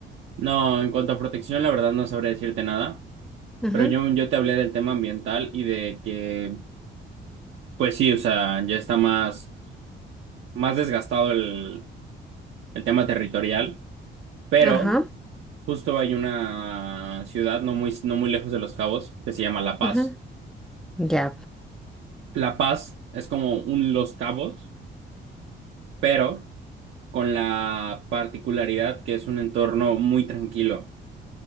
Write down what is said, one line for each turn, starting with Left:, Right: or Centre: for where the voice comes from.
Right: No, en cuanto a protección, la verdad no sabré decirte nada,
Centre: Ujú,
Right: pero yo, yo te hablé del tema ambiental y de que, pues sí, o sea, ya está más, más desgastado el, el tema territorial, pero...
Centre: Ajá,
Right: Justo hay una ciudad no muy, no muy lejos de Los Cabos que se llama La Paz.
Centre: ujú. Ya.
Right: La Paz es como un Los Cabos, pero con la particularidad que es un entorno muy tranquilo.